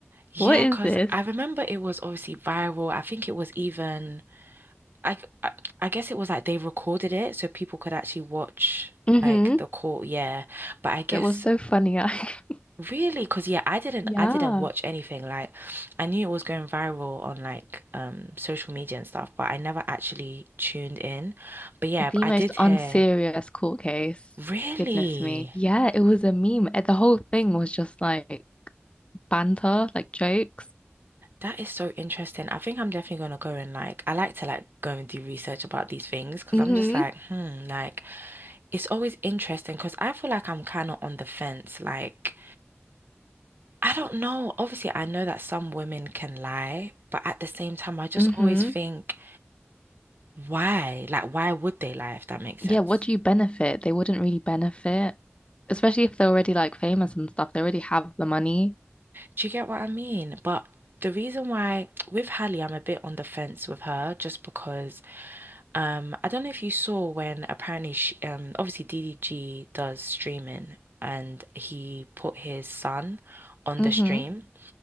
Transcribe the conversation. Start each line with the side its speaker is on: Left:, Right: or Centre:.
Right: Yeah,
Left: What is
Right: because
Left: this?
Right: I remember it was obviously viral. I think it was even, I, I, I guess it was like they recorded it so people could actually watch
Left: hmm
Right: like the court. Yeah. But I guess
Left: It was so funny. I <laughs>
Right: Really? Because yeah, I didn't
Left: Yeah.
Right: I didn't watch anything. Like I knew it was going viral on like um social media and stuff, but I never actually tuned in. But yeah,
Left: the
Right: I
Left: most
Right: did
Left: unserious
Right: hear.
Left: court case.
Right: Really?
Left: Goodness me. Yeah, it was a meme. Uh, The whole thing was just like banter, like jokes.
Right: That is so interesting. I think I'm definitely gonna go and like I like to like go and do research about these things because
Left: Mm-hmm.
Right: I'm just like, hmm, like it's always interesting because I feel like I'm kind of on the fence. Like I don't know. Obviously, I know that some women can lie, but at the same time, I just
Left: Mm-hmm.
Right: always think why? Like, why would they lie if that makes
Left: Yeah,
Right: sense?
Left: what do you benefit? They wouldn't really benefit, especially if they're already like famous and stuff. They already have the money.
Right: Do you get what I mean? But the reason why with Hallie, I'm a bit on the fence with her just because um I don't know if you saw when apparently she, um obviously DDG does streaming and he put his son on
Left: Mm-hmm.
Right: the stream.